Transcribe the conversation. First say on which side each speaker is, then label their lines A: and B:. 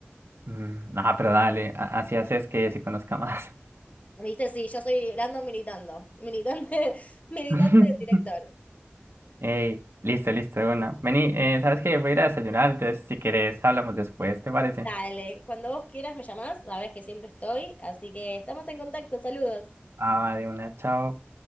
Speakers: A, on the right; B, on the left.
A: mm, No, pero dale, a- así haces que se conozca más.
B: <laughs> ¿Viste? Sí, yo soy Lando militando. Militante, <laughs> militante
A: <laughs>
B: del director.
A: Ey, listo, listo, de una. Vení, eh, ¿sabes que Voy a ir a desayunar, entonces si querés hablamos después, ¿te parece?
B: Dale, cuando vos quieras me llamás, sabés que siempre estoy. Así que estamos en contacto. Saludos.
A: Ah, va, de una, chao.